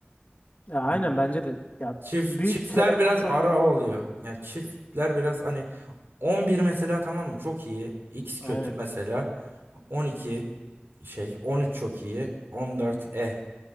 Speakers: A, on the left; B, on the right.
A: Ya aynen
B: Yani
A: bence de ya
B: çift
A: büyük
B: çiftler
A: telefon
B: biraz
A: çok
B: ara
A: büyük oldu.
B: oluyor. Yani çiftler biraz hani 11 mesela tamam mı çok iyi. X kötü
A: Aynen.
B: mesela. 12 şey 13 çok iyi. 14 eh.